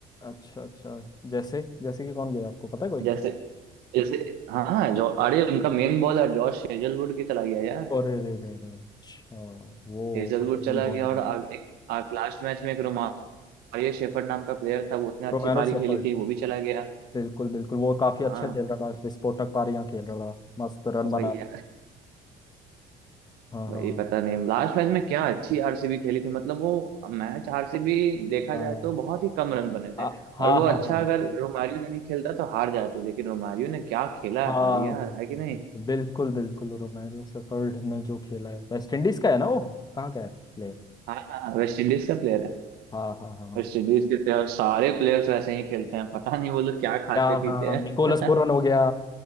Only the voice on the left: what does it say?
अच्छा अच्छा जैसे जैसे कि कौन गया आपको पता है कोई
और रे रे रे रे। अच्छा वो
वो तो
मेन बॉलर
है
रोमेरो
सेफर्ड
बिल्कुल बिल्कुल वो काफी
अच्छा खेल रहा था विस्फोटक पारी यहाँ खेल रहा था मस्त रन
बना रहा
था हाँ
हाँ हाँ
हाँ।
आ, हाँ
हाँ हाँ
हाँ
बिल्कुल
बिल्कुल बिल्कुल बिल्कुल रोमेरो सेफर्ड ने जो खेला है वेस्ट इंडीज का है ना वो कहाँ का है प्लेयर
हाँ हाँ हाँ हाँ
क्या
हाँ
निकोलस पूरन हो गया